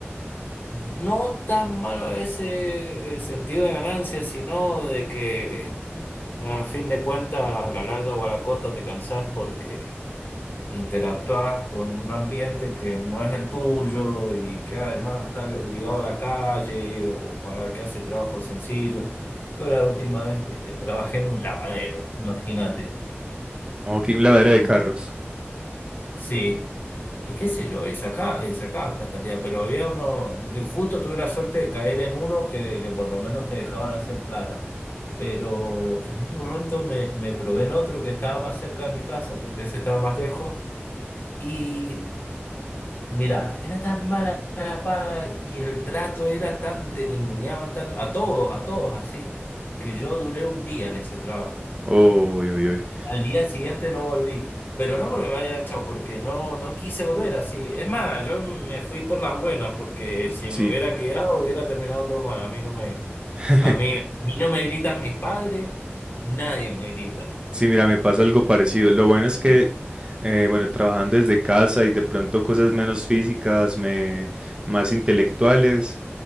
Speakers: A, on the left; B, on the right.
A: no tan malo a ese eh, sentido de ganancia, sino de que a fin de cuentas, a la larga o a la corta te cansás porque interactúas con un ambiente que no es el tuyo y que además está ligado a la calle o a que hace trabajo sencillo. Creo que la última vez eh, trabajé en un lavadero, imagínate.
B: Ok, un lavadero
A: Y,
B: de carros.
A: sí, y qué sé yo, y sacaba, eh, sacaba plata al día, pero había uno, de- justo tuve la suerte de caer en uno que, que por lo menos te dejaban hacer plata. Pero en un momento me, me probé en otro que estaba más cerca de mi casa, porque ese estaba más lejos. y Mira, era tan mala la paga y el trato era tan, te ninguneaban tanto, a todos, a todos así, que yo duré un día en ese trabajo.
B: Uy, uy, uy.
A: Al día siguiente no volví, pero no porque me hayan echado, porque no, no quise volver así. Es más, yo me fui por las buenas, porque si me
B: Sí.
A: hubiera quedado hubiera terminado todo mal. A mí no me,
B: <laughs>
A: a mí, a mí no me gritan mis padres, nadie me grita.
B: Sí, mira, me pasa algo parecido. Lo bueno es
A: Sí,
B: que, eh, bueno, trabajando desde casa y de pronto cosas menos físicas, me, más intelectuales,